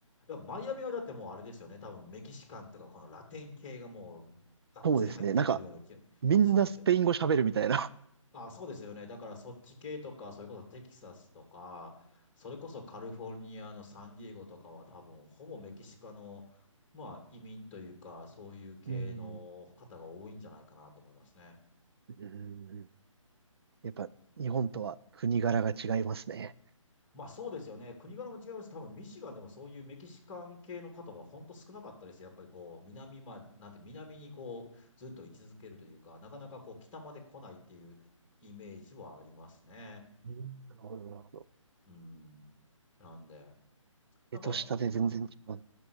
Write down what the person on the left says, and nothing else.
いや、マイアミはだってもうあれですよね。多分メキシカンとかこのラテン系がもうがっつり入ってきてるような気がするんですよ。
あ、そうですよね。だからそっち系とか、それこそテキサスとか、それこそカリフォルニアのサンディエゴとかは多分ほぼメキシカの、まあ移民というか、そういう系の方が多いんじゃないかなと思いますね。
まあそうですよね。国柄も違います。多分ミシガンでもそういうメキシカン系の方は本当少なかったです。やっぱりこう、南まで、なんて南にこう、ずっと居続けるというか、なかなかこう、北まで来ないっていうイメージはありますね。
うん。なんで、なんか、
うん